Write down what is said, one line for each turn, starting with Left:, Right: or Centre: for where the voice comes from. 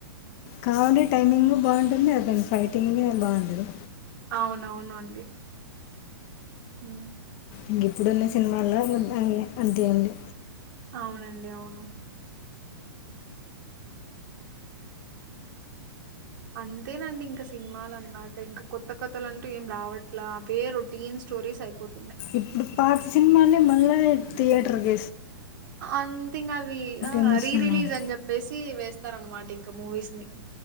Left: కామెడి టైమింగ్ బావుంటుంది అతని ఫైటింగే బావుండదు
Right: అవునవునండి మ్మ్
Left: ఇంగిప్పుడున్న సినిమాల్లో <inaudible> అంతేంది
Right: అవునండి అవు అంతేనండి ఇంకా సినిమాలు అన్నాక ఇంకా కొత్త కొథత్తలు అంటూ ఏం రావట్లా అవే రొటీన్ స్టోరీస్ అయిపోత
Left: ఇప్పుడు పాత సినిమాలే మళ్ళా థయేటర్కి
Right: అంత ఇంకా అవి ఆ
Left: ఏమొస్తున్నాయి
Right: రీ రిలీజ్ అని చెప్పేసి వే ఇస్తార అనమాట ఇంకా మూవీస్ ని